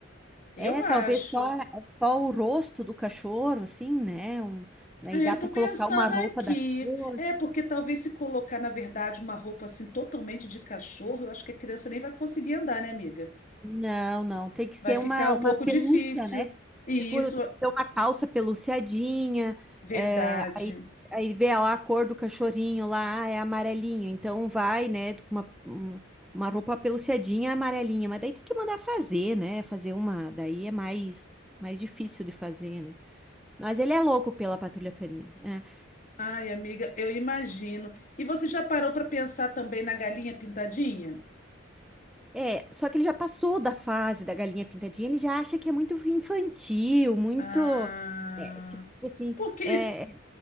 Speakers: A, on the left; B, in the centre.
A: Eu
B: É,
A: acho.
B: talvez só, só o rosto do cachorro, assim, né? Um, aí
A: É,
B: dá
A: eu
B: para
A: tô pensando
B: colocar uma roupa
A: aqui.
B: da cor.
A: É, porque talvez se colocar, na verdade, uma roupa assim totalmente de cachorro, eu acho que a criança nem vai conseguir andar, né, amiga?
B: Não, não, tem que ser
A: Vai ficar
B: uma,
A: um
B: uma
A: pouco
B: pelúcia,
A: difícil.
B: né?
A: E
B: Tipo,
A: isso,
B: tem que ser uma calça peluciadinha.
A: verdade.
B: é, aí, aí vê lá a cor do cachorrinho lá, ah, é amarelinho. Então vai, né, com uma, um- uma roupa peluciadinha amarelinha. Mas daí tem que mandar fazer, né? Fazer uma. Daí é mais, mais difícil de fazer, né? Mas ele é louco pela patrulha canina. é.
A: Ai, amiga, eu imagino. E você já parou para pensar também na galinha pintadinha?
B: É, só que ele já passou da fase da galinha pintadinha, ele já acha que é muito infantil, muito.
A: Ah,
B: É, tipo assim.
A: porque
B: É,